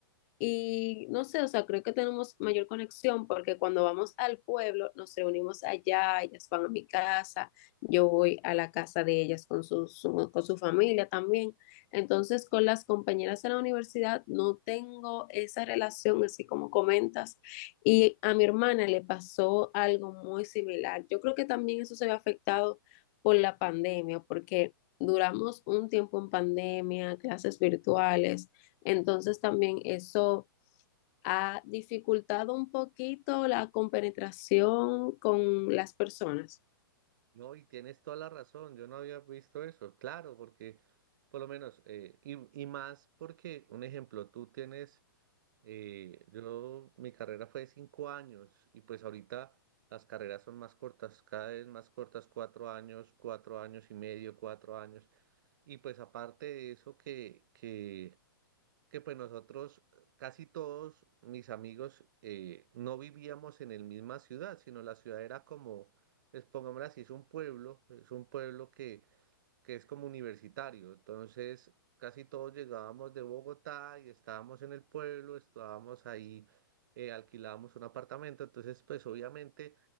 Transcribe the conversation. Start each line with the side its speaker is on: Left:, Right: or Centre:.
Left: y no sé, o sea, creo que tenemos mayor conexión porque cuando vamos al pueblo nos reunimos allá, ellas van a mi casa, yo voy a la casa de ellas con su, su- con su familia también. Entonces, con las compañeras de la universidad no tengo esa relación así como comentas. Y a mi hermana le pasó algo muy similar. Yo creo que también eso se ve afectado por la pandemia porque duramos un tiempo en pandemia, clases virtuales entonces también eso ha dificultado un poquito la compenetración con las personas.
Right: No, y tienes toda la razón, yo no había visto eso, claro, porque por lo menos, eh, y, y más porque, un ejemplo, tú tienes, eh, yo, mi carrera fue de cinco años y pues ahorita las carreras son más cortas, cada vez más cortas, cuatro años, cuatro años y medio, cuatro años, y pues aparte de eso que, que que pues nosotros, casi todos mis amigos, eh, no vivíamos en la misma ciudad, sino la ciudad era como, pues, pongámoslo así, es un pueblo, es un pueblo que, que es como universitario. Entonces, casi todos llegábamos de Bogotá y estábamos en el pueblo, estábamos ahí, eh, alquilábamos un apartamento. Entonces, pues obviamente...